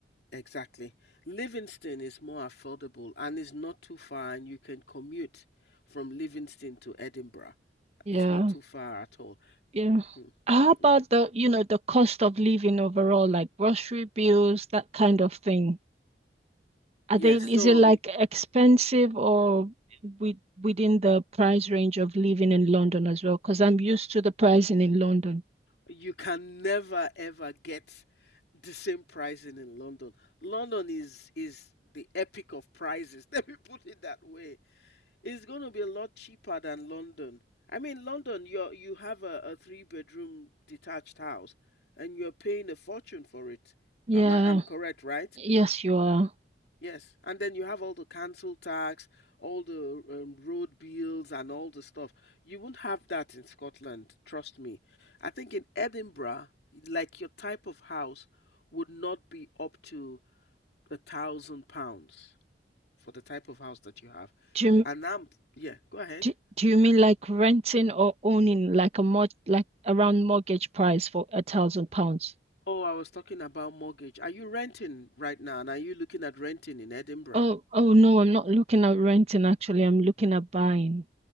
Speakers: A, on the left; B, on the right.
A: Exactly. Livingston is more affordable and is not too far, and you can commute from Livingston to Edinburgh.
B: Yeah,
A: It's not too far at all.
B: yeah.
A: Mhm.
B: How about
A: Yeah.
B: the, you know, the cost of living overall, like grocery bills, that kind of thing? Are
A: Yes.
B: they, is
A: So
B: it like
A: y-
B: expensive or with, within the price range of living in London as well? Because I'm used to the pricing in London.
A: you can never ever get the same pricing in London. London is is the epic of prices. <laughs> Let me put it that way. It's going to be a lot cheaper than London. I mean, London, you're you have a, a three bedroom detached house and you're paying a fortune for it.
B: Yeah,
A: Am I I'm correct, right?
B: yes, you are.
A: Yes. And then you have all the council tax, all the um, road bills and all the stuff. You won't have that in Scotland, trust me. I think in Edinburgh, like your type of house would not be up to a thousand pounds for the type of house that you have.
B: Do you,
A: And I'm, yeah, go ahead.
B: Do, do you mean like renting or owning like a mod like around mortgage price for a thousand pounds?
A: Oh, I was talking about mortgage. Are you renting right now? And are you looking at renting in Edinburgh?
B: Oh, oh no, I'm not looking at renting actually. I'm looking at buying.